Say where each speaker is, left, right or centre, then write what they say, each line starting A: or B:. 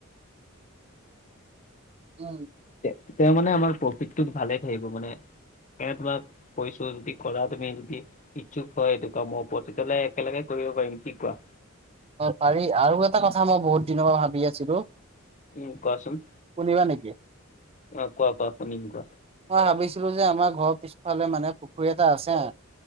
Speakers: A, on the right; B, on the left.
A: <inaudible> উম।
B: তে তেওঁ মানে আমাৰ প্ৰফিটটো ভালে থাকিব মানে। এ তোমাক কৈছো যদি কৰা তুমি যদি ইচ্ছুক হয় সেটো কামৰ ওপৰত তেতিয়া হ'লে একেলগে কৰিব পাৰিম কি কোৱা?
A: অ পাৰি আৰু এটা কথা মই বহুত দিনৰ পৰা ভাবি আছিলো।
B: ওম কোৱাচোন,
A: শুনিবা নেকি?
B: অ কোৱা কোৱা শুনিম কোৱা?
A: মই ভাবিছিলো যে আমাৰ ঘৰৰ পিছফালে মানে পুখুৰী এটা আছে।